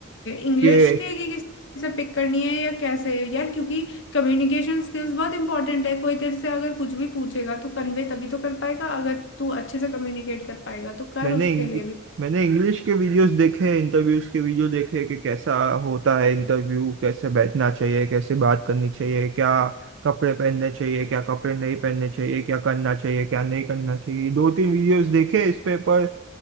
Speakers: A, on the left; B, on the right.
A: इंग्लिश
B: के
A: के कि किस से पिक करनी है या कैसे यार क्योंकि कम्युनिकेशन स्किल्स बहुत इंपॉर्टेंट है कोई तेरे से अगर कुछ भी पूछेगा तो कन्वे तभी तो कर पाएगा अगर तू अच्छे से कम्युनिकेट कर पाएगा तो कर
B: मैंने
A: उसके
B: इंग,
A: लिए भी
B: मैंने इंग्लिश के वीडियोस देखे इंटरव्यूज के वीडियो देखे कि कैसा होता है इंटरव्यू कैसे बैठना चाहिए कैसे बात करनी चाहिए क्या कपड़े पहनने चाहिए क्या कपड़े नहीं पहनने चाहिए क्या करना चाहिए क्या नहीं करना चाहिए दो तीन वीडियोस देखे इस पे पर